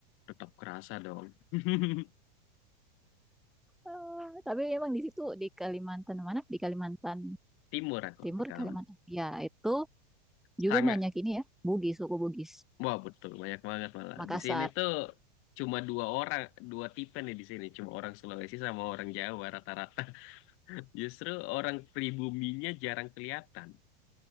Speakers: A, on the left (about 45°); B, in the centre.
A: Tetap kerasa dong. <laughs>
B: Eh, tapi emang di situ di Kalimantan mana? Di Kalimantan
A: Timur aku
B: Timur
A: di Kalaman.
B: Kalimantan. Ya, itu juga
A: Sangat,
B: banyak ini ya, Bugis, suku Bugis,
A: wah betul, banyak banget malah.
B: Makassar.
A: Di sini tuh cuma dua orang, dua tipe nih di sini. Cuma orang Sulawesi sama orang Jawa rata-rata. <laughs> Justru orang pribuminya jarang kelihatan.